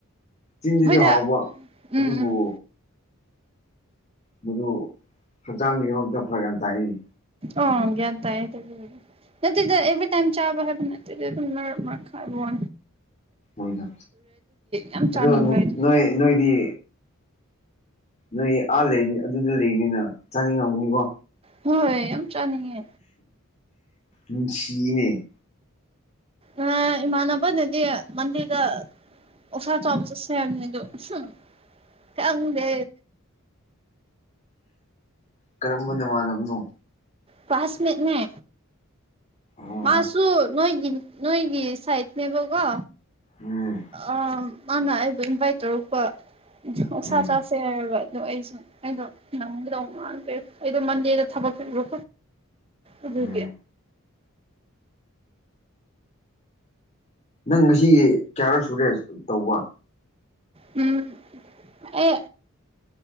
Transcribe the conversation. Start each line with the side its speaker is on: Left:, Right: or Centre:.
Left: ꯆꯤꯟꯗꯗꯤ
Right: ꯍꯣꯏꯗ
Left: ꯍꯥꯎꯕ
Right: ꯎꯝ
Left: ꯑꯗꯨꯕꯨ
Right: ꯎꯝ
Left: ꯃꯗꯨ ꯍꯛꯆꯥꯡꯒꯤ ꯃꯔꯣꯛꯇꯅ ꯐꯔꯒ ꯌꯥꯝꯅ ꯇꯥꯏꯅꯤ
Right: ꯑꯣ ꯭ꯟ ꯇ ꯍꯥꯏꯗ ꯇꯥꯏꯝ ꯆꯥꯕ ꯍꯕꯅ ꯗꯤ ꯊꯔ ꯃꯥ ꯈꯥꯏꯕ
Left: ꯣꯏꯗ
Right: ꯌꯥꯝ
Left: ꯑꯗꯣ
Right: ꯆꯥꯅꯤꯡꯕ ꯑꯩꯗꯤ
Left: ꯅꯣꯏ ꯅꯣꯏꯗꯤ ꯅꯣꯏ ꯑꯥ ꯂꯩꯅꯤ ꯑꯗꯨꯗ ꯂꯩꯕꯅꯤꯅ ꯆꯥꯅꯤꯡꯉꯝꯃꯤꯅꯤꯀꯣ
Right: ꯍꯣꯏ ꯆꯥꯅꯤꯡꯉꯦ
Left: ꯎꯝ ꯆꯤꯅꯦ
Right: ꯑ ꯏꯃꯥꯥꯟꯕꯥꯗ ꯅꯗꯤ ꯃꯗꯤꯔꯗ ꯑꯣ ꯐ ꯆꯣꯕ ꯆꯁꯦꯗ ꯆꯗꯦ
Left: ꯀꯔꯝꯕ ꯅꯃꯥꯟꯅꯕꯅꯣ
Right: ꯄꯥꯁꯃꯦ ꯃ
Left: ꯑꯣ
Right: ꯃꯥꯁꯨ ꯅꯣꯏꯒꯤ ꯅꯣꯏꯒꯤ ꯁꯥꯏꯠꯅꯦꯕꯒꯣ
Left: ꯎꯝ
Right: ꯑ ꯃꯥꯅ ꯍꯥꯏꯕ ꯏꯟꯚꯥꯏꯠ ꯇꯧꯔꯛꯄ ꯑꯣꯁꯥ
Left: ꯎꯝ
Right: ꯆꯥꯁꯦ ꯑꯗꯣ ꯑꯩꯁꯨ ꯑꯩꯗꯣ ꯅꯪꯕꯗꯧ ꯉꯥꯡꯗ꯭ꯔꯦ ꯑꯩꯗꯣ ꯃꯟꯗꯦꯗ ꯊꯕꯛ ꯄꯤꯨ ꯑꯗꯨꯦ
Left: ꯎꯝ ꯅꯪ ꯉꯁꯤ ꯀꯌꯥꯔꯛ ꯁꯨꯔꯦ ꯇꯧꯕ
Right: ꯎꯝ ꯑꯦ